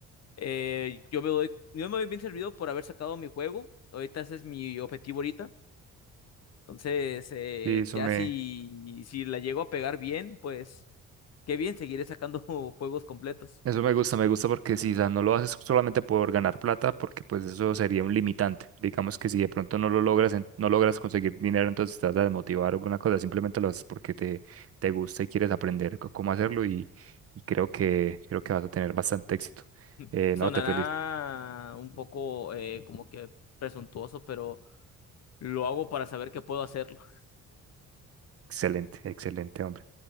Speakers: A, on the left; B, on the right.
A: eh, yo me doy, yo me doy bien servido por haber sacado mi juego. Ahorita ese es mi objetivo ahorita. Entonces, eh,
B: Sí, eso
A: ya
B: me,
A: si, si la llego a pegar bien, pues qué bien, seguiré sacando <laughs> juegos completos.
B: eso me gusta, me gusta porque si no lo haces solamente por ganar plata, porque pues eso sería un limitante. Digamos que si de pronto no lo logras, en- no logras conseguir dinero, entonces te vas a desmotivar o alguna cosa, simplemente lo haces porque te, te gusta y quieres aprender c- cómo hacerlo y, y creo que, creo que vas a tener bastante éxito.
A: <laughs>
B: Eh,
A: Sonará
B: no, te feliz,
A: un poco eh, como que presuntuoso, pero lo hago para saber que puedo hacerlo. <laughs>
B: excelente, excelente, hombre.